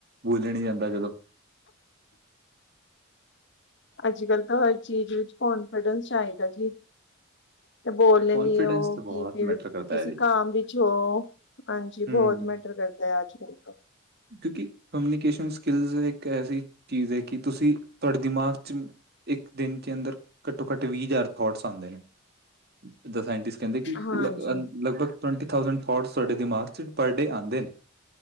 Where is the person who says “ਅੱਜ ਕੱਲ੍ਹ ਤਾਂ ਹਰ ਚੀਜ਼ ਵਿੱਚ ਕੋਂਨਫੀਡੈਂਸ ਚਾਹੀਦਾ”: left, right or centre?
Left